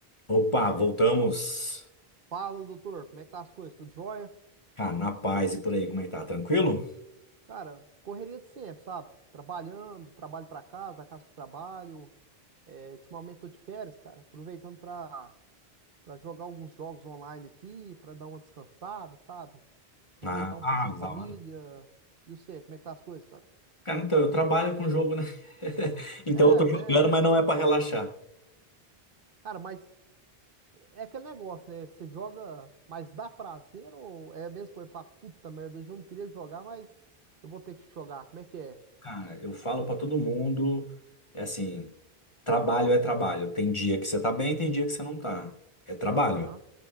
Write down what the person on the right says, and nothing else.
Fala, doutor, como é que tá as coisas? Tudo jóia?
Cara, correria de sempre, sabe? Trabalhando, trabalho pra casa, da casa pro trabalho. É, ultimamente tô de férias, cara, aproveitando pra, pra jogar alguns jogos online aqui, pra dar uma descansada, sabe? Aproveitar
um
pouquinho a família.
E você, como é que tá as coisas, cara?
É,
até.
Cara, mas é aquele negócio, né? Você joga, mas dá prazer ou é a mesma coisa? Fala, puta merda, hoje eu não queria jogar, mas eu vou ter que jogar. Como é que é?
Aham.